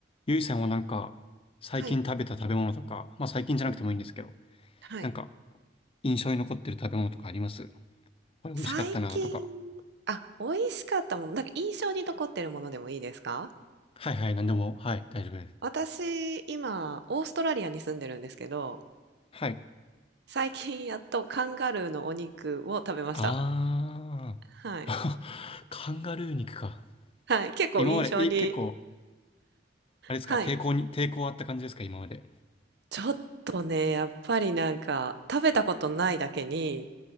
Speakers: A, on the left (about 30°); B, on the right (about 65°).
A: ゆいさんはなんか、最近食べた食べ物とか、
B: はい。
A: まあ最近じゃなくてもいいんですけど、
B: うんうん。はい。
A: なんか、印象に残ってる食べ物とかありますこれ美味しかったなとか。
B: 最近あ、美味しかったもの、なんか印象に残ってるものでもいいですか？
A: はいはい、なんでも、はい、大丈夫です。
B: 私、今オーストラリアに住んでるんですけど、
A: はい。
B: 最近やっとカンガルーのお肉を食べました。
A: あー。
B: はい。
A: <laughs> カンガルー肉か。
B: はい、結構印象に
A: 今まで、え、結構、あれですか、
B: はい。
A: 抵抗に、抵抗あった感じですか、今まで。
B: ちょっとね、やっぱりなんか、食べたことないだけに、